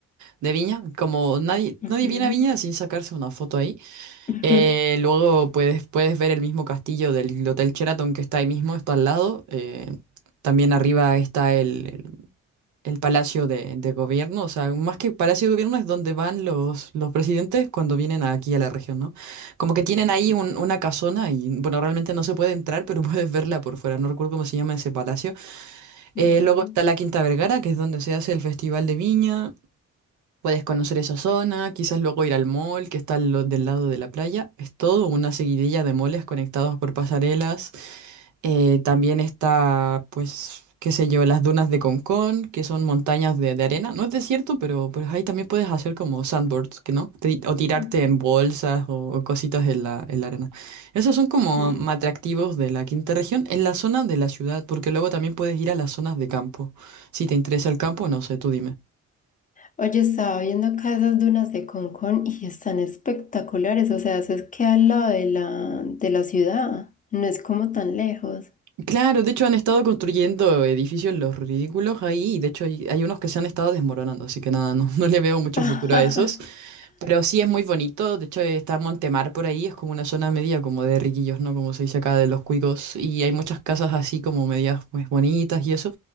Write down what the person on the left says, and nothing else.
ujú,
ujú,
ujú,
ujú,
ujú.
Oye, estaba viendo acá esas dunas de Concón y están espectaculares. O sea, eso es que al lado de la, de la ciudad. No es como tan lejos.
<laughs>